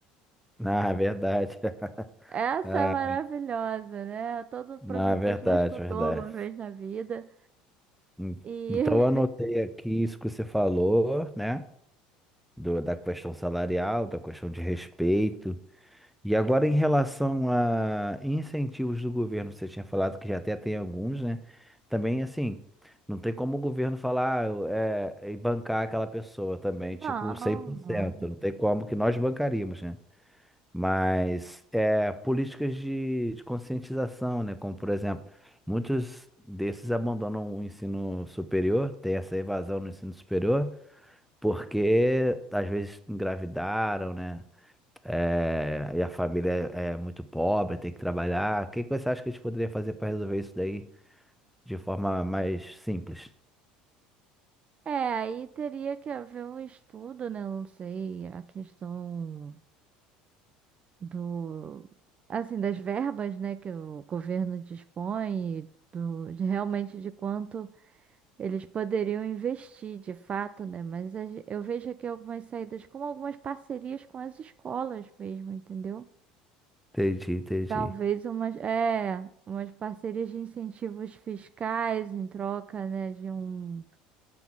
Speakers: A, in the centre; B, on the right.
A: na verdade. <laughs>
B: Essa
A: Ah,
B: é maravilhosa, né? Todo professor
A: na verdade,
B: já escutou
A: verdade.
B: alguma vez na vida.
A: Hum,
B: E
A: Então, eu anotei aqui isso que você falou, né? Do, da questão salarial, da questão de respeito, E agora, em relação a incentivos do governo, você tinha falado que já até tem alguns, né? Também, assim, não tem como o governo falar, ah, é, e bancar aquela pessoa também,
B: <laughs> não,
A: tipo, 100%.
B: não.
A: Não tem como que nós bancaríamos, né? Mas é, políticas de, de conscientização, né? Como, por exemplo, muitos desses abandonam o ensino superior, tem essa evasão no ensino superior, porque às vezes engravidaram, né? É, e a família é é muito pobre, tem que trabalhar. O que que você acha que a gente poderia fazer para resolver isso daí de forma mais simples?
B: É, aí teria que haver um estudo, né? Não sei, a questão do, assim, das verbas, né, que o governo dispõe, e do, de realmente de quanto eles poderiam investir, de fato, né? Mas a ge- eu vejo aqui algumas saídas, como algumas parcerias com as escolas mesmo, entendeu?
A: Entendi, entendi.
B: Talvez umas, é, umas parcerias de incentivos fiscais em troca, né, de um,